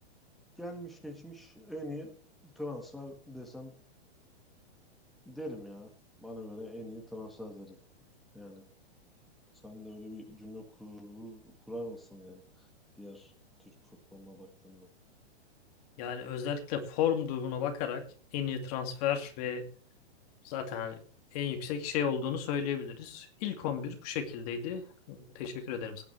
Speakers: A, in the centre; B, on the left.
A: Gelmiş geçmiş en iyi transfer desem derim ya. Bana göre en iyi transfer derim. Yani sen de öyle bir cümle kurur, kurar mısın yani diğer Türk futboluna baktığında?
B: Yani özellikle form durumuna bakarak en iyi transfer ve zaten hani en yüksek şey olduğunu söyleyebiliriz. İlk 11 bu şekildeydi. Teşekkür ederim.